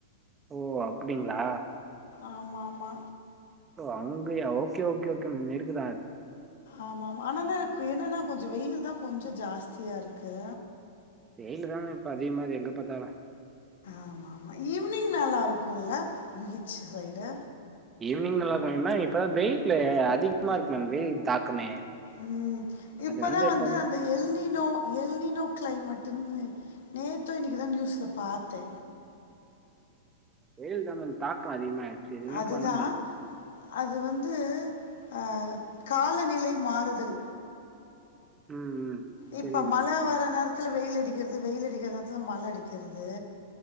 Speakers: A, on the right; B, on the left.
A: ஓ அப்புடிங்ளா
B: ஆமா மாம் மா
A: ஓ அங்கயா ஓகே ஓகே ஓகே மிருக்குதா
B: ஆமா மா ஆனான என்னென்னா கொஞ்சோ வெயில் தா கொஞ்சோ ஜாஸ்தியா இருக்கு
A: வெயிலு தா இப்ப அதிகமா இருக்கு எங்க பாத்தாலூ
B: ஆமாம் மா ஈவினிங் நல்லாருக்குல்ல பீச்சு சைடு
A: ஈவினிங் நல்லா இரூக்குன்னீங்னா இப்பதா வெயிட்ல அதிகமாருக்கு மேம் வெயில் தாக்கமே
B: ம் இப்பதா
A: அது
B: வந்து
A: கொஞ்
B: அந்த எல்னினோ எல்னினோ க்ளைமட்டுன்னு நேத்தோ இன்னைக்கோதா நியூஸ்ல பாத்தே
A: வெயில் தா மேம் தாக்கோ அதிகமாயிடுச்சு எதுவுமே
B: அதுதான்
A: பண்ண முல்ல
B: அது வந்து அ காலநிலை மாறுதல்
A: ம் ம்
B: இப்ப
A: சரிங்க மேம்
B: மழ வர நேரத்துல வெயில் அடிக்கிறது வெயில் அடிக்கிற நேரத்துல மழ அடிக்கிறது